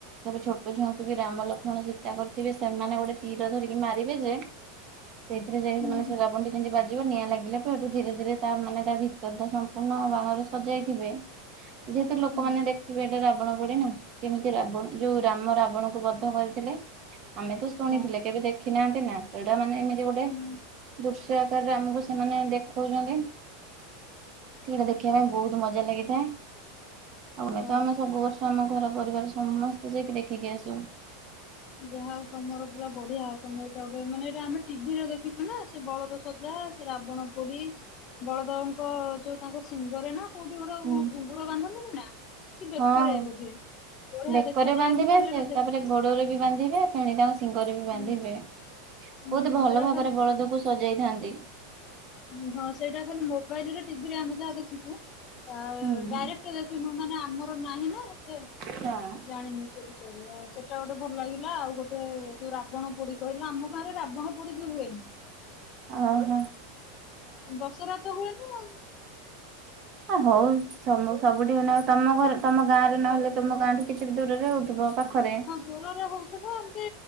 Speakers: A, on the right; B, on the left.
A: ବି ଛୋଟ ଛୁଆଙ୍କୁ ବି ରାମ ଲକ୍ଷ୍ମଣ ସୀତା କରିଥିବେ ସେମାନେ ଗୋଟେ ତୀର ଧରିି ମାରିବେ ଯେ, ସେଇଥିରେ ଯାଇକି
B: ହୁଁ
A: ସେମାନେ
B: ହୁଁ
A: ସେ ରାବଣଠି ଯେମିତି ବାଜିବ ନିଆଁ ଲାଗିଲାଠୁ ହେଠୁ ଧୀରେ ଧୀରେ ତା ମାନେ ତା ଭିତର ତ ସମ୍ପୂର୍ଣ୍ଣ ବାଣରେ ସଜାଇଥିବେ। ଯେହେତୁ ଲୋକମାନେ
B: ହୁଁ
A: ଦେଖିବେ ଏଇଟା ରା ରାବଣ ପୋଡି ନା, କେମିତି ରାବଣ ଯୋଉ ରାମ ରାବଣକୁ ବଦ୍ଧ କରିଥିଲେ। ଆମେ ତ ଶୁଣିଥିଲେ
B: ହଁ
A: କେବେ ଦେଖ୍ <inaudible> ନା ସେଇଟା ମାନେ ଏମିତ୍ <inaudible> ଗୋଟେ
B: ହୁଁ
A: ଦୃଶ୍ <inaudible> ଆକାରରେ ଆମକୁ ସେମାନେ ଦେଖଉଛନ୍ତି, ସେଇଟା ଦେଖିବା ପାଇଁ ବହୁତ ମଜା ଲାଗିଥାଏ। ଆଉ ଆମେ
B: ହଁ।
A: ତ ଆମେ ସବୁ ବର୍ଷ ଆମ ଘର ପରିବାର ସମସ୍ତେ ଯାଇକି ଦେଖିକି ଆସୁ।
B: ଯାହା ହଉ ତମର ପୁରା ବଢିଆ, ତମେ ଏଇଟା ଗୋଟେ ମାନେ ଏଟା ଆମେ ଟିଭିରେ ଦେଖିଛୁ ନା ସେ ବଳଦ ସଜା ସେ ରାବଣ ପୋଡି ବଳଦଙ୍କ ଯୋଉ ତାଙ୍କ ଶିଙ୍ଗରେ ନା କୋଉଠି ଗୋଟେ
A: ହୁଁ।
B: କଣ ଘୁଙ୍ଗୁର ବାନ୍ଧନ୍ତି? ଏ ନା। କି ବେକରେ
A: ହଁ।
B: ବୋଧେ, ବଢିଆ
A: ବେକରେ
B: ଦେଖାଯାଏ
A: ବାନ୍ଧିବେ
B: ମୁଁ ଖାଲି
A: ସେ
B: ଏଟା
A: ତାପରେ
B: ଦେଖିଛି।
A: ଗୋଡରେ ବି ବାନ୍ଧିବେ ଫେଣି ତାକୁ ସେ ଶିଙ୍ଗରେ ବି ବାନ୍ଧିବେ।
B: ହୁଁ
A: ବହୁତ
B: ହୁଁ
A: ଭଲ
B: ସେଟା
A: ଭାବରେ ବଳଦକୁ ସଜେଇଥାନ୍ତି।
B: ହୁଁ, ହଁ ସେଇଟା ଖାଲି ମୋବାଇଲରେ ଟିଭିରେ ଆମେ ଯାହା ଦେଖିଛୁ। ଅଅ
A: ହୁଁ।
B: ଡାଇରେକ୍ଟ ଦେଖିନୁ ମାନେ ଆ ଆମର ନାହିଁ ନା। <inaudible>
A: ହଁ
B: ଜାଣିନୁ ସେ ବିଷୟରେ, ଆଉ ସେଟା ଗୋଟେ ଭଲ ଲାଗିଲା ଆଉ ଗୋ ସେ ଯୋଉ ରାବଣ ପୋଡି କହିଲ, ଆମ ଗାଁଆରେ ରାବଣ ପୋଡି ବି ହୁଏନି।
A: ଓହୋଃ।
B: ଦଶହରା ତ ହୁଏନି ଆଉ।
A: ହ ହଉ, ସମୁ ସବୁଠି <inaudible> ତମ ଘର ତମ ଗାଁଆରେ ନହେଲେ ତମ ଗାଁଆଠୁ କିଛି ବି ଦୂରରେ ହଉଥିବ। ପାଖରେ।
B: ହଁ ଦୂରରେ ହଉଥିବ ଏମତି